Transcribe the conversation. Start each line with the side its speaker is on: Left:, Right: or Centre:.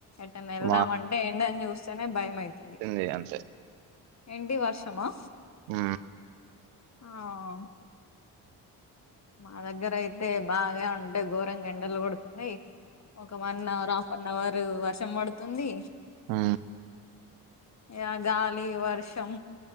Left: ఎట్టనై వెళ్దామంటే
Right: మా
Left: ఎండని చూస్తేనే భయం అవుతుంది
Right: ఇగ అంతే
Left: ఎంటి వర్షమా
Right: ఊ
Left: ఆవ్ మా దగ్గర అయితే బాగా అంటే ఘోరంగా ఏండలు కొడుతున్నయ్ ఒక one hour half an hour వర్షం పడుతుంది
Right: ఊ
Left: ఇగ గాలి వర్షం